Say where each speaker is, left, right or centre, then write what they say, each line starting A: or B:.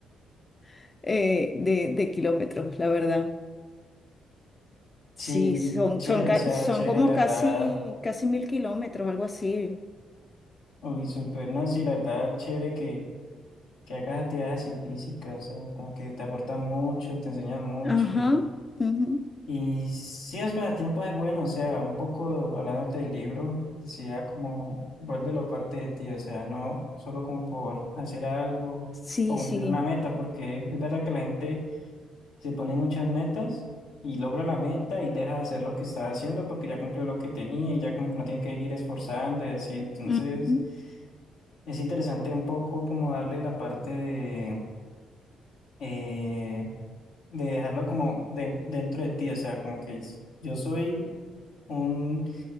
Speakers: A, on the left; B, on the left.
A: <laughs> eh, de, de kilómetros, la verdad. Sí,
B: Sí, mm,
A: son,
B: chévere,
A: son, ca-
B: o sea,
A: son
B: chévere,
A: como
B: la
A: casi,
B: verdad.
A: casi mil kilómetros, algo así.
B: Uy, súper, no, sí, la verdad, chévere que, que hagas actividades así físicas, o sea, como que te aportan mucho, te enseñan mucho
A: Ajá, ujú.
B: Y sí, los pasatiempos es bueno, o sea, un poco hablándote del libro, decía como vuélvelo parte de ti, o sea, no solo como por hacer algo
A: Sí,
B: o cumplir
A: sí.
B: una meta, porque es verdad que la gente se pone muchas metas y logra la meta y deja de hacer lo que estaba haciendo porque ya cumplió lo que tenía y ya como que no tiene que seguir esforzando y así, entonces
A: Ujú.
B: es interesante un poco como darle la parte de... eh, de dejarlo como de- dentro de ti, o sea, como que es- yo soy un